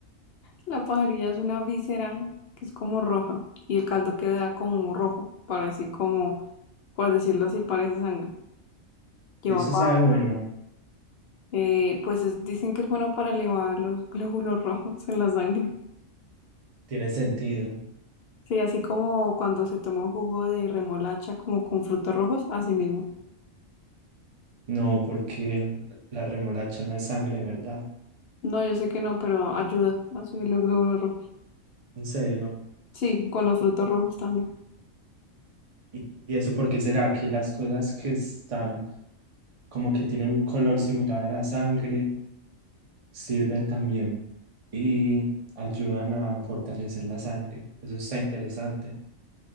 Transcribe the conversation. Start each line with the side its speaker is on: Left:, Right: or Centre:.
Left: La pajarilla es una víscera que es como roja, y el caldo queda como rojo, parece como, por decirlo así, parece sangre. Lleva
Right: Eso
Left: papa,
Right: sabe bueno,
Left: eh, pues es- dicen que es bueno para elevar los glóbulos <laughs> rojos en la sangre.
Right: tiene sentido.
Left: Sí, así como cuando se toma un jugo de remolacha como con frutos rojos, así mismo.
Right: No, porque la remolacha no es sangre, de ¿verdad?
Left: No, yo sé que no, pero ayuda a subir los glóbulos rojos.
Right: En serio.
Left: Sí, con los frutos rojos también.
Right: ¿Y y eso por qué será que las cosas que están como que tienen un color similar a la sangre sirven también y ayudan a fortalecer la sangre. Eso está interesante.